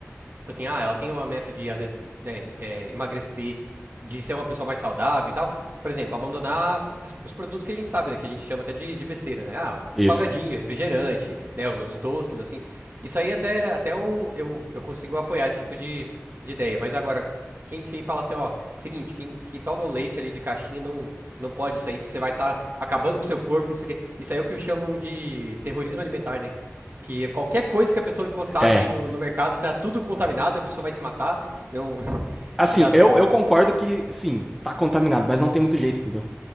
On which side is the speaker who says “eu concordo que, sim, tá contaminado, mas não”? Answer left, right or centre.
Centre